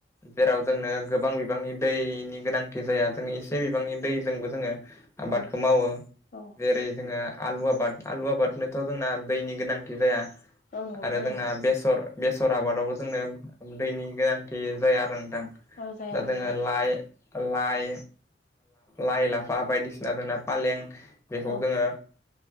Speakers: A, on the left (about 15°); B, on the left (about 50°).
A: जेराव जोंनो गोबां बिबांनि दै गोनांथि जाया। जों एसे बिबांनि दैजोंबो जोङो आबादखौ
B: औ
A: मावो
B: औ
A: जेरै जोङो आलु आबाद आलु आबादनोथ' जोंना दैनि गोनांथि जाया
B: औ नंगौ
A: आरो
B: थारैनो
A: जोंना बेसर बेसर आबादावबो जोंनो दैनि गोनांथि जाया आरो नोंथां
B: औ जाया
A: दा
B: नंगौ
A: जोङो
B: नोंथां
A: लाइ-लाइ लाइ-लाफा बायदिसिना जोंना फालें बेखौ
B: औ
A: जोङो